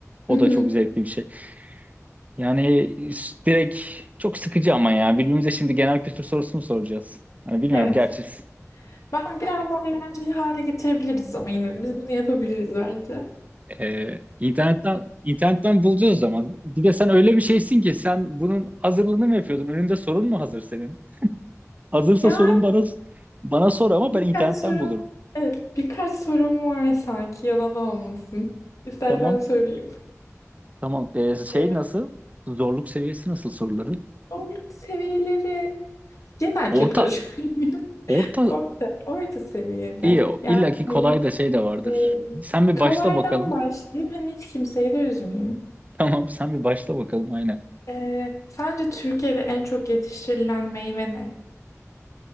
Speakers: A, on the right; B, on the left.
A: O
B: Hı
A: da çok zevkli bir şey. Yani s- direkt çok sıkıcı ama ya. Birbirimize şimdi genel kültür sorusunu soracağız. Hani bilmiyorum
B: Evet.
A: gerçi s-
B: Ben biraz daha eğlenceli hale getirebiliriz ama yine de biz bunu yapabiliriz bence.
A: e, internetten internetten bulacağız o zaman. Bir de sen öyle bir şeysin ki sen bunun hazırlığını mı yapıyordun? Önünde sorun mu hazır senin? Hazırsa
B: Yani
A: sorun bana bana sor ama ben
B: Birkaç
A: internetten
B: sorum,
A: bulurum.
B: evet, birkaç sorum var sanki yalan olmasın. İstersen
A: Tamam.
B: sorayım.
A: Tamam. E, şey
B: Ee,
A: nasıl? Zorluk seviyesi nasıl soruların?
B: orta seviyeleri genel
A: Orta.
B: kültür. <laughs>
A: Orta
B: Orta, orta seviyede.
A: İyi o.
B: Yani
A: İlla ki kolay
B: hani,
A: da şey de vardır.
B: e,
A: Sen bir başla
B: kolaydan
A: bakalım.
B: başlayayım. Hani hiç kimseyi de üzmeyeyim.
A: <laughs> Tamam sen bir başla bakalım aynen.
B: Ee, sence Türkiye'de en çok yetiştirilen meyve ne?